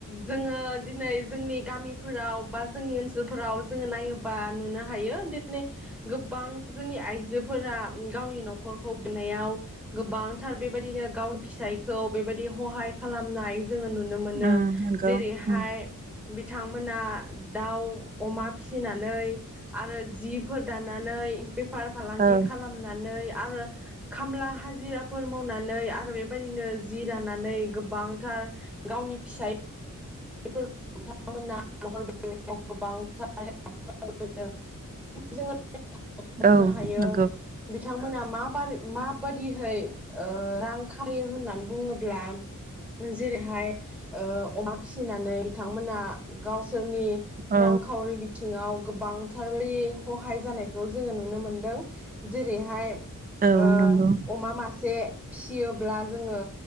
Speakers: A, in the centre; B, on the right.
A: जोङो दिनै जोंनि। गामिफोराव बा जोंनि ओनसोलफोराव जोङो नायोबा नुनो हायो। गोबां जोंनि आइजोफोरा गावनि न'खरखौ बेंनायाव गोबांथार बेबायदिनो गावनि फिसायखौ बेबायदि खहाय खालामनाय। जोङो नुनो मोनो।
B: उम नंगौ
A: जेरैहाय।
B: उम
A: बिथांमोना दाउ अमा फिसिनानै आरो जिब। फोर दानानै बेफार फालांगि
B: औ
A: खालामनानै आरो खामला हाजिराफोर मावनानै आरो बेबायदिनो जि दानानै गोब। बांथार गावनि फिसाय। <unintelligible> <unintelligible> मावदों जोङो।
B: औ
A: नुनो हायो
B: नोंगौ।
A: बिथांमोना मा। आरो माबायदिहोय ओ रां खामायो होननानै बुङोब्ला जेरैहाय ओ अमा फिसिनानै बिथांमोना गावसोरनि
B: औ
A: रांखावरि बिथिङाव गोबांथार बेबादि खहाय जानायखौ जोङो नुनो मोनदों जेरैहाय ओ
B: औ नंगौ
A: अमा मासे फिसियोब्ला जोङो